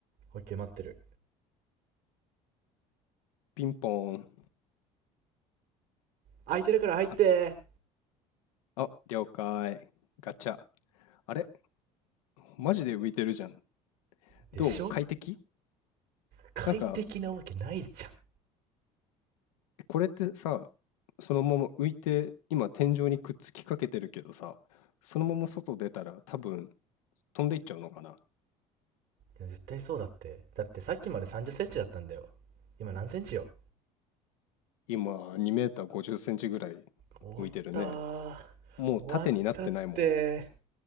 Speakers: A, on the right; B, on the left.
A: オッケー、待ってる。
B: ピンポーン。
A: 空いてるから入って
B: あ、あ、了解。ガチャ。あれマジで浮いてるじゃん。
A: ーでしょ
B: どう快適
A: 快適なわけないじゃん。
B: なんか、これってさ、そのまま浮いて、今天井にくっつきかけてるけどさ、そのまま外出たら多分飛んでいっちゃうのかな
A: 絶対そうだって。だってさっきまで30センチだったんだよ。今何センチよ
B: 今2メーター50センチぐらい
A: 終わったー。
B: 浮いてるね。もう縦になってないもん。
A: 終わったって。